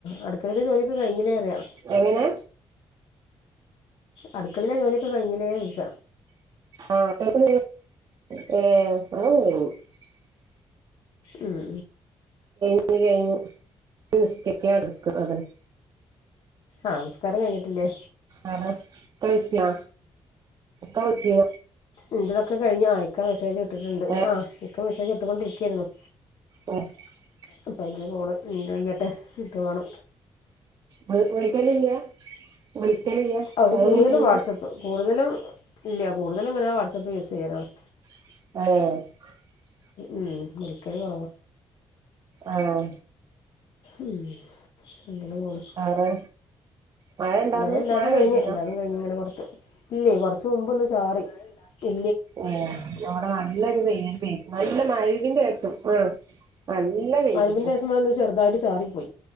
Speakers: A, on the left; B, on the right.
A: അടുക്കളയിലെ ജോലിയൊക്കെ കഴിഞ്ഞില്ലേ അറിയാം
B: എങ്ങനെ
A: അടുക്കളയിലെ ജോലിയൊക്കെ കഴിഞ്ഞില്ലേ ന്ച്ച
B: ആഹ <unintelligible> ഏ <unintelligible>
A: ഉം
B: ജോലികയിഞ്ഞു <unintelligible>
A: ആഹ നിസ്കാരം കഴിഞ്ഞിട്ടില്ലേ
B: ആ കളച്ചിയാ കളച്ചിയ
A: എന്റെതൊക്കെ കഴിഞ്ഞു ആ ഇക്ക മെസ്സേജ് ഇട്ടിട്ടുണ്ട്
B: ഏഹ്
A: ആ ഇക്ക മെസ്സേജ് ഇട്ടൊണ്ടിരിക്കായിരുന്നു
B: <unintelligible>
A: അപ്പ അത് ന്റെ കോള് വീണ്ട്ളിക്കട്ടെ പോണ്
B: ഒൽ ഒളിക്കലില്ല ഒളിക്കലില്ല
A: അവർ
B: കോൾ
A: കൂടുതലും
B: വിളിക്കിന്ന്
A: വാട്സപ്പ് കൂടുതലും ഇല്ല കൂടുതലും ഇങ്ങന വാട്സആപ്പ് യൂസ് ചെയ്യാലാണ്
B: ആഹ
A: ഉം വിളിക്കല് കെറവാ
B: ആഹ
A: ഉം അങ്ങനെ പോണ്
B: വേറെ മഴ ഇണ്ടാന്നു
A: ഞൻ എല്ലാതും
B: മഴ
A: കഴിഞ്ഞു
B: പെയ്തീനോ
A: എല്ലാതും കഴിഞ്ഞഞ് ഇങ്ങനെ പുറത്ത് ഇല്ല കൊറച്ച് മുമ്പ് ഒന്ന് ചാറി ഇ
B: ഏ അവിടെ നല്ലൊരു വെയ്ല് നല്ല മഴുവിന്റെ ആക്കും ആ നല്ലവെയിലുണ്ട്
A: മഗ്‌രിബിന്റെ ശേഷം ഇവിടൊന്ന് ചെറുതായിട്ട് ചാറിപ്പോയി